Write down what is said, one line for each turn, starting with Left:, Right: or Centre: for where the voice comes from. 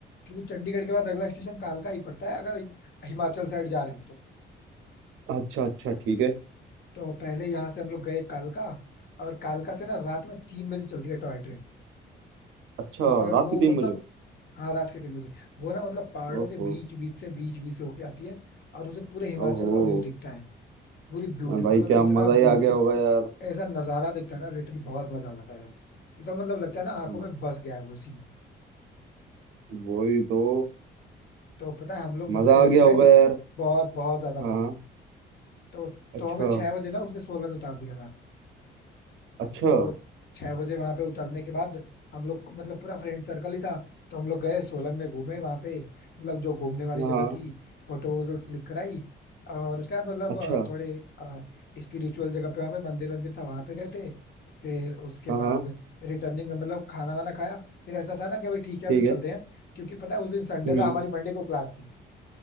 Left: क्योंकि चंडीगढ़ के बाद अगला स्टेशन कालका ही पड़ता है अगर हिमाचल साइड जा रहे हो तो
Right: अच्छा अच्छा ठीक है
Left: तो पहले यहाँ से हम लोग गए कालका और कालका से ना रात में तीन बजे चलती है टॉय ट्रेन
Right: अच्छा
Left: और
Right: रात
Left: वो
Right: के तीन
Left: मतलब
Right: बजे
Left: हाँ रात के तीन बजे वो ना मतलब पहाड़ों
Right: ओहो
Left: के बीच बीच से बीच बीच से होके आती है और उसे पूरे हिमाचल
Right: ओहो
Left: का व्यू दिखता है पूरी ब्यूटीफुल
Right: अरे भाई
Left: मतलब
Right: क्या
Left: इतना
Right: मजा
Left: ब्यूटीफुल
Right: ही आ गया होगा यार
Left: ऐसा नजारा दिखता है ना लिटरली बहुत मजा आता है यार एकदम मतलब लगता है ना आंखों
Right: म-
Left: में बस गया है वो सीन
Right: वही तो
Left: तो पता है हम लोग मतलब
Right: मजा आ
Left: उससे
Right: गया होगा
Left: गए
Right: यार
Left: बहुत बहुत ज्यादा भाई
Right: हाँ
Left: तो
Right: अच्छा
Left: तो हमें छह बजे ना उसने सोलन उतार दिया था
Right: अच्छा
Left: तो छह बजे वहां पे उतरने के बाद हम लोग मतलब पूरा फ्रेंड सर्कल ही था तो हम लोग गए सोलन में घूमे वहां पे मतलब जो घूमने वाली
Right: हाँ
Left: जगह
Right: हाँ,
Left: थी फोटो वोटो क्लिक कराई और उसके बाद मतलब
Right: अच्छा
Left: अ, थोड़े स्पिरिचुअल जगह पे वहां पे मंदिर वंदिर था वहां पे गए थे फिर उसके
Right: हाँ हाँ
Left: बाद रिटर्निंग मतलब खाना वाना खाया फिर ऐसा था ना कि अभी ठीक है
Right: ठीक
Left: अभी
Right: है
Left: चलते हैं क्योंकि पता है उस दिन संडे
Right: हम्म
Left: था हमारी मंडे को क्लास थी